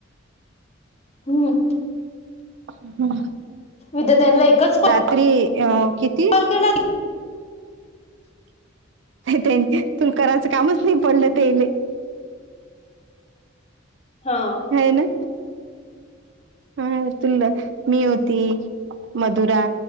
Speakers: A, on the left; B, on the right.
A: हम्
B: हम्म
A: उद्या त्यान्ला एकच
B: तरी किती?
A: कॉल केला <inaudible>
B: त्यां तुल करायचं कामच नाही पडलं तेले
A: हा
B: हो ना हा तु मी होती मधुरा